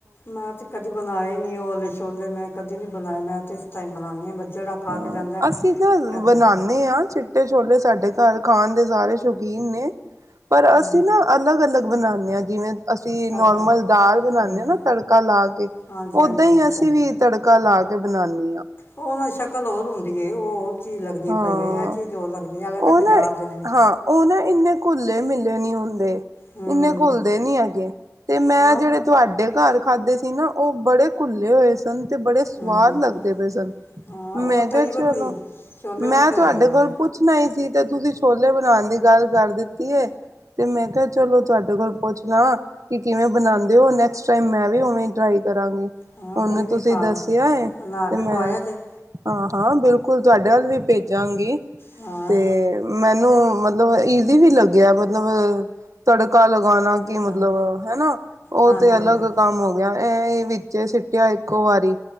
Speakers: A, on the left; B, on the right.
A: ਮੈਂ ਤੇ ਕਦੀ ਬਣਾਏ ਨੀ ਓਹ ਵਾਲੇ ਛੋਲੇ ਮੈਂ ਕਦੀ ਨੀ ਬਣਾਏ ਮੈਂ ਤੇ ਟਮ ਬਉਦੇ ਹਾਂ <unintelligible>
B: ਹਾਂ
A: ਕੇ ਜਾਂਦਾ
B: ਅਸੀਂ ਤਾਂ
A: ਕਹਿੰਦਾ
B: ਬਣਾਦੇ ਹਾਂ ਚਿੱਟੇ ਛੋਲੇ ਸਾਡੇ ਘਰ ਖਾਨ ਦੇ ਸਾਰੇ ਸ਼ੌਕੀਨ ਨੇ। ਪਰ
A: ਹੂੰ
B: ਅਸੀਂ ਨਾ ਅਲੱਗ ਅਲੱਗ ਬਣਾਉਣੇ ਜਿਵੇਂ ਅਸੀਂ
A: ਤੜਕਾ
B: ਨੋਰਮਲ ਦਾਲ ਬਣਾਦੇ
A: ਹੂੰ
B: ਹਾਂ ਨਾ ਤੜਕਾ ਲਾ ਕੇ
A: ਹਾਂਜੀ ਹਾਂਜੀ
B: ਓਦਾਂ ਹੀ
A: ਅੱਛਾ
B: ਅਸੀਂ ਵੀ ਤੜਕਾ ਲਾ ਕੇ ਤੇ ਬਨਾਨੀ ਆਂ।
A: ਉਹ ਨਾ ਸ਼ਕਲ ਹੋਰ ਹੁੰਦੀ ਹੇ, ਉਹ ਹੋਰ ਚੀਜ਼ ਲੱਗਦੀ
B: ਹਾਂ।
A: ਪਈ ਹੇ। ਇਹ ਚੀਜ਼ ਹੋਰ ਲੱਗਦੀ ਐੰਜ ਲਗਦਾ
B: ਉਹ
A: ਬਾਜ਼ਾਰ
B: ਨਾ
A: ਦੇ ਨੇ।
B: ਹਾਂ ਉਹ ਨਾ ਇੰਨੇ ਘੁੱਲੇ ਮਿਲੇ ਨਹੀਂ ਹੁੰਦੇ।
A: ਹੂੰ
B: ਇੰਨੇ ਘੁੱਲਦੇ ਨੀ ਹੈਗੇ ਤੇ ਮੈਂ
A: ਨਾ
B: ਜਿਹੜੇ ਤੁਹਾਡੇ ਘਰ ਖਾਧੇ ਸੀ ਨਾ ਉਹ ਬੜੇ ਘੁੱਲੇ ਹੋਏ ਸੀ। ਸਨ ਤੇ ਬੜੇ ਸਵਾਦ
A: ਹੂੰ
B: ਲੱਗਦੇ ਪਏ ਸਨ।
A: ਹਾਂ
B: ਮੈਂ
A: ਉਹ
B: ਕਿਹਾ
A: ਤਰੀ
B: ਚਲੋ
A: ਵੱਖਰੀ ਛੋਲੇ
B: ਮੈਂ
A: ਵੱਖਰੇ
B: ਤੁਹਾਡੇ
A: ਹੁੰਦੇ
B: ਕੋਲ
A: ਨੇ
B: ਪੁੱਛਣਾ ਹੀ ਸੀ। ਤੇ ਤੁਸੀਂ ਛੋਲੇ ਬਣਾਉਣ ਦੀ ਗੱਲ ਕਰ ਦਿੱਤੀ ਹੈ, ਤੇ ਮੈਂ ਕਿਹਾ ਚਲੋ ਤੁਹਾਡੇ ਕੋਲ ਪੁੱਛਲਾ, ਕਿ ਕਿਵੇਂ ਬਣਾਉਂਦੇ ਹੋ ਨੈਕਸਟ ਟਾਈਮ ਮੈਂ ਵੀ ਉਵੇਂ ਟਰਾਈ ਕਰਾਂਗੀ
A: ਹਾਂ
B: ਹੂਨ
A: ਕੋਈ ਨਹੀਂ
B: ਤੁਸੀਂ
A: ਖਾ
B: ਦੱਸਿਆ ਹੈ
A: ਬਣਾ
B: ਤੇ
A: ਕੇ ਖਵਾਇਆ
B: ਮੈਂ
A: ਜੇ
B: ਹਾਂ ਹਾਂ ਬਿਲਕੁਲ ਤੁਹਾਡੇ ਵੱਲ ਵੀ ਭੇਜਾਂਗੀ
A: ਹਾਂ
B: ਤੇ ਮੈਨੂੰ ਮਤਲਬ ਮਤਬ ਵੀ ਲੱਗਿਆ ਮਤਲਬ ਤੜਕਾ ਲਗਾਉਣਾ ਕੀ ਮਤਲਬ
A: ਜਾਣੇ
B: ਹਨਾ ਉਹ
A: ਹਾਂਜੀ
B: ਤੇ ਅਲੱਗ
A: ਹਾਂਜੀ
B: ਕੰਮ ਹੋ ਗਿਆ ਇਹ ਵਿੱਚ ਸਿੱਟਿਆ ਇੱਕੋ ਵਾਰੀ